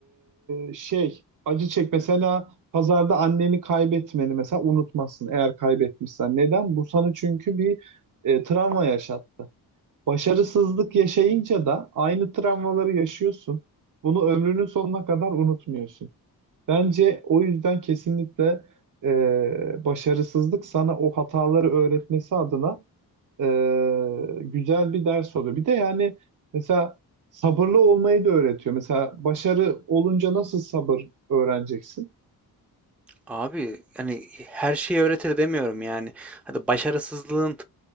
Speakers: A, on the right (about 55°); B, in the centre.
A: e, şey acı çek. Mesela pazarda anneni kaybetmeni mesela unutmazsın eğer kaybetmişsen. Neden? Bu sana çünkü bir e, travma yaşattı. Başarısızlık yaşayınca da aynı travmaları yaşıyorsun. Bunu ömrünün sonuna kadar unutmuyorsun. Bence o yüzden kesinlikle e, başarısızlık sana o hataları öğretmesi adına e, güzel bir ders oluyor. Bir de yani mesela sabırlı olmayı da öğretiyor. Mesela başarı olunca nasıl sabır öğreneceksin?
B: Abi hani her şeyi öğretir demiyorum yani. Hadi başarısızlığın